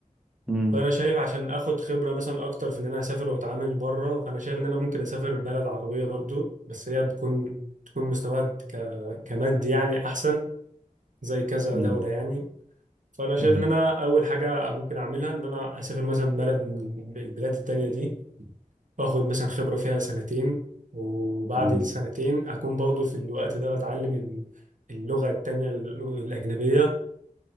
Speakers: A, in the centre; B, on the right (about 65°).
A: مم،
B: فانا شايف عشان اخد خبره مثلا اكتر في ان انا اسافر واتعامل بره فانا شايف ان انا ممكن اسافر بلد عربيه برضو بس هي بتكون بتكون مستواها ك... كمادي يعني احسن زي كذا
A: مم،
B: دوله يعني فانا شايف
A: مم،
B: ان انا اول حاجه ممكن اعملها ان انا اسافر مثلا بلد من البلاد التانية دي واخد مثلا خبره فيها سنتين وبعد
A: مم،
B: السنتين اكون برضه في الوقت ده بتعلم ال- اللغه التانية ال- الاجنبيه